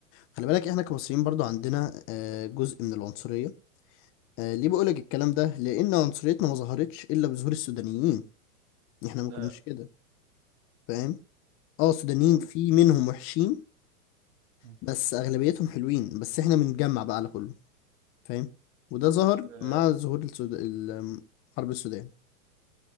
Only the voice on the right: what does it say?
ده
وال-
مم.
آه،